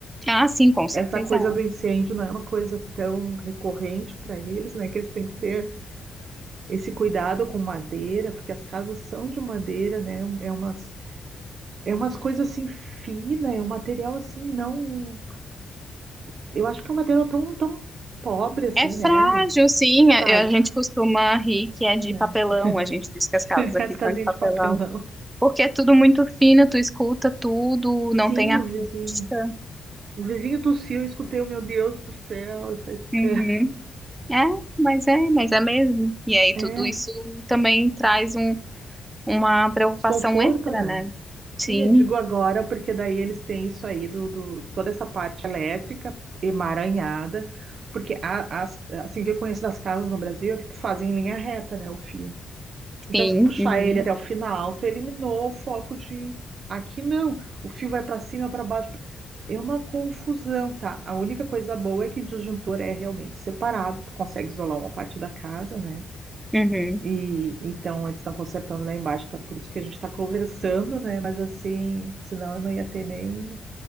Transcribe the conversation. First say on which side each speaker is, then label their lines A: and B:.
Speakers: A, on the right (about 20°); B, on the right (about 65°).
A: Ah, sim, com certeza.
B: essa coisa do incêndio não é uma coisa tão recorrente para eles, né? Que eles têm que ter esse cuidado com madeira, porque as casas são de madeira, né? É umas, é umas coisas assim finas, é um material assim, não. Eu acho que é um material tão, tão pobre, assim,
A: É frágil,
B: né?
A: sim.
B: Frágil,
A: A, a gente costuma rir que é de
B: né?
A: papelão. A gente diz que as
B: <laughs>
A: casas aqui
B: As casinhas
A: são de papelão.
B: de papelão.
A: Porque é tudo muito fino, tu escuta tudo, não
B: Sim,
A: tem acústica.
B: o vizinho. O vizinho tossiu, eu escutei, meu Deus do céu, essa espera.
A: Uhum. É, mas é, mas é mesmo. E aí
B: É,
A: tudo isso também traz um- uma preocupação
B: Desconforto,
A: extra,
B: né?
A: né? Sim,
B: Sim, eu digo agora, porque daí eles têm isso aí do, do- toda essa parte elétrica emaranhada, porque a- as, assim que eu conheço das casas no Brasil é que tu faz em linha reta, né, o fio. Então,
A: sim.
B: se tu puxar
A: Uhum.
B: ele até o final, tu eliminou o foco de aqui não, o fio vai para cima, para baixo. pra- É uma confusão, tá? A única coisa boa é que disjuntor é realmente separado, tu consegue isolar uma parte da casa, né?
A: Uhum.
B: E então eles estão consertando lá embaixo, tá? Por isso que a gente está conversando, né? Mas assim, senão eu não ia ter nem